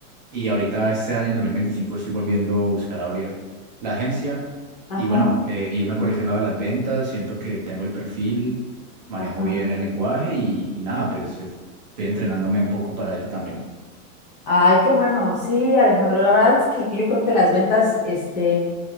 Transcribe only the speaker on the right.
Y ahorita este año, en 2025 estoy volviendo a buscar abrir la agencia
y bueno, eh, irme por ese lado de las ventas. Siento que tengo el perfil, manejo
bien el lenguaje y, y nada, pues es- estoy entrenándome un poco para eso también.